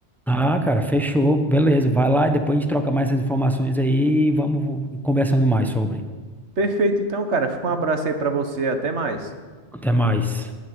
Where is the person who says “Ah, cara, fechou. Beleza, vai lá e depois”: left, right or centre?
Centre